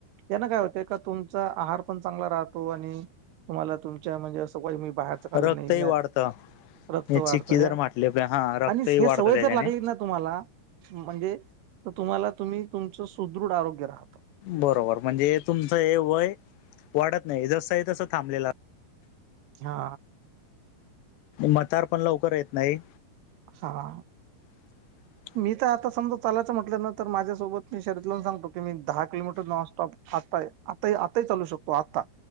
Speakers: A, on the right; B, on the left.
A: त्यांना काय होतय का तुमचा आहार पण चांगला राहतो आणि तुम्हाला तुम चां म्हणजे असं कोय मी बाहेरचा खाल्लं
B: रक्तही
A: नाहीयेत.
B: वाढतं
A: रक्त
B: हे चिक्की
A: वाढतया
B: जर म्हटली हा रक्तही
A: आणि
B: वाढतं
A: हे सवय
B: त्याच्याने
A: जर लागली ना तुम्हाला म्हणजे तुम्हाला तुम्ही तुमचं सुदृढ आरोग्य राहतं.
B: बरोबर म्हणजे एतुमचं ए वय वाढत नाही जस आहे तस थांबलेला
A: हा.
B: मतार पण लवकर येत नाही.
A: हा.
B: <inaudible>
A: मी तर आता समजा चालायचं म्हटलं न तर माझ्यासोबत मी शर्त लावून सांगतो की मी दहा किलोमीटर नॉनस्टॉप आताय आताही आताही चालू शकतो आता.